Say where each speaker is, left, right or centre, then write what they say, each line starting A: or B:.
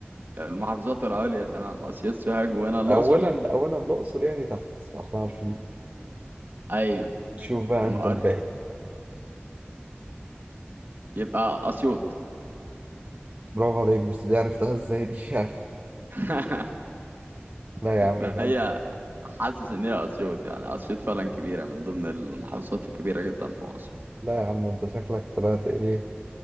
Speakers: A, on the right; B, on the right.
A: المحافظات العليا تمام اسيوط سوهاج وهنا الاقصر
B: أولا أولا الأقصر يعني تحت احنا عارفين
A: ايوه
B: شوف بقى
A: طب
B: أنت
A: ما
B: الباقي
A: يبقى اسيوط
B: برافو عليك بس دي عرفتها إزاي دي <laughs>
A: <laughs>
B: لا يا عم
A: ما
B: يبقى
A: هي
B: انت
A: حاسس ان هي اسيوط يعني اسيوط فعلا كبيرة من ضمن المحافظات الكبيرة جدا في مصر
B: لا يا عم انت شكلك طلعت ايه